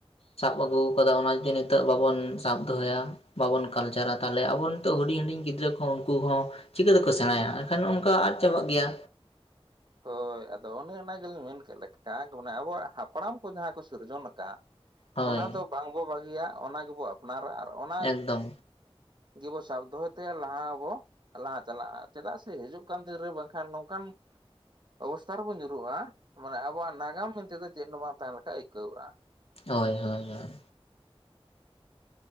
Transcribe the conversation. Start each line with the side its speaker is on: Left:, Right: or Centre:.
Left: ᱥᱟᱵ ᱟᱹᱜᱩᱣ ᱠᱟᱫᱟ ᱚᱱᱟ ᱡᱩᱫᱤ ᱱᱤᱛᱚᱜ ᱵᱟᱵᱚᱱ ᱥᱟᱵ ᱫᱚᱦᱚᱭᱟ ᱵᱟᱵᱚᱱ ᱠᱟᱞᱪᱟᱨᱟ ᱛᱟᱦᱚᱞᱮ ᱟᱵᱚᱱ ᱛᱳᱜ ᱦᱩᱰᱤᱧ ᱦᱩᱰᱤᱧ ᱜᱤᱫᱽᱨᱟᱹ ᱠᱚᱦᱚᱸ ᱩᱱᱠᱩ ᱦᱚᱸ ᱪᱤᱠᱟᱹ ᱛᱮᱠᱚ ᱥᱮᱬᱟᱭᱟ ᱮᱱᱠᱷᱟᱱ ᱚᱱᱠᱟ ᱟᱫ ᱪᱟᱵᱟᱜ ᱜᱮᱭᱟ᱾
Right: ᱦᱳᱭ ᱟᱫᱚ ᱚᱱᱮ ᱚᱱᱟ ᱜᱮᱞᱤᱧ ᱢᱮᱱ ᱠᱮᱫ ᱞᱮᱠᱟ ᱢᱟᱱᱮ ᱟᱵᱚᱣᱟᱜ ᱦᱟᱯᱲᱟᱢ ᱠᱚ ᱡᱟᱦᱟᱸ ᱠᱚ ᱥᱤᱨᱡᱚᱱ ᱟᱠᱟᱜ
Left: ᱦᱳᱭ
Right: ᱚᱱᱟ ᱫᱚ ᱵᱟᱝᱵᱚ ᱵᱟᱹᱜᱤᱭᱟ ᱚᱱᱟ ᱜᱮᱵᱚ ᱟᱯᱱᱟᱨᱟ ᱟᱨ ᱚᱱᱟ
Left: ᱮᱠᱫᱚᱢ
Right: ᱜᱮᱵᱚ ᱥᱟᱵ ᱫᱚᱦᱚᱭ ᱛᱮ ᱞᱟᱦᱟᱜ ᱟᱵᱚ᱾ ᱞᱟᱦᱟ ᱪᱟᱞᱟᱜ-ᱟ ᱪᱮᱫᱟᱜ ᱥᱮ ᱦᱤᱡᱩᱜ ᱠᱟᱱ ᱫᱤᱱ ᱨᱮ ᱵᱟᱝᱠᱷᱟᱱ ᱱᱚᱝᱠᱟᱱ ᱚᱵᱚᱥᱛᱟ ᱨᱮᱵᱚ ᱧᱩᱨᱩᱜ-ᱟ ᱢᱟᱱᱮ ᱟᱵᱚᱣᱟᱜ ᱱᱟᱜᱟᱢ ᱢᱮᱱ ᱛᱮᱫᱚ ᱪᱮᱫ ᱦᱚᱸ ᱵᱟᱝ ᱛᱟᱦᱮᱸ ᱞᱮᱠᱟ ᱟᱹᱭᱠᱟᱹᱣᱚᱜ-ᱟ᱾
Left: ᱦᱳᱭ ᱦᱳᱭ ᱦᱳᱭ